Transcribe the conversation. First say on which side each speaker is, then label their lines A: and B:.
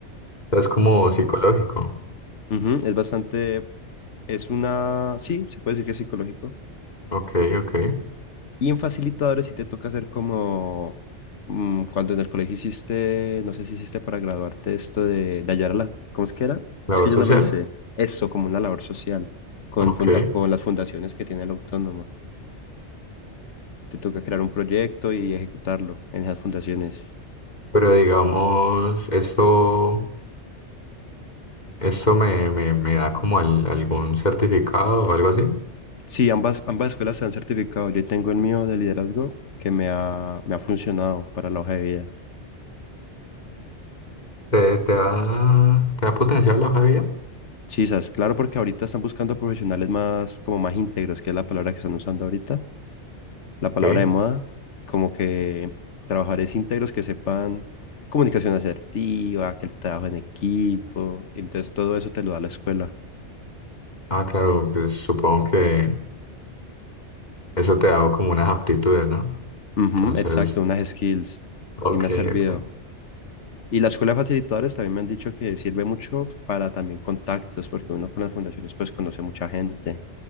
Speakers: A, on the left; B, on the left.
A: sea, es como psicológico.
B: Ujú, es bastante, es una, sí, se puede decir que es psicológico.
A: Ok, ok.
B: Y en facilitadores sí te toca hacer como mm, cuando en el colegio hiciste, no sé si hiciste para graduarte esto de, de ayudar a las, ¿cómo es que era?
A: Labor
B: Es que
A: social.
B: yo no lo hice. Eso, como una labor social con,
A: Ok.
B: funda- con las fundaciones que tiene el autónomo. te toca crear un proyecto y ejecutarlo en esas fundaciones.
A: Pero digamos, esto, esto me, me, me da como al- algún certificado o algo así.
B: Sí, ambas, ambas escuelas se han certificado. Yo tengo el mío de liderazgo que me ha, me ha funcionado para la hoja de vida.
A: ¿Te, te da, te da potencial la hoja de vida?
B: Sí, sabes, claro, porque ahorita están buscando profesionales más, como más íntegros, que es la palabra que están usando ahorita, la
A: Ok.
B: palabra de moda, como que trabajadores íntegros que sepan comunicación asertiva, que el trabajo en equipo, entonces todo eso te lo da la escuela.
A: Ah, claro, pues supongo que eso te da como unas aptitudes, ¿no?
B: Ujú,
A: Entonces,
B: exacto, unas skills
A: ok,
B: y me ha servido.
A: ok.
B: Y la escuela de facilitadores también me han dicho que sirve mucho para también contactos, porque uno con las fundaciones pues conoce mucha gente.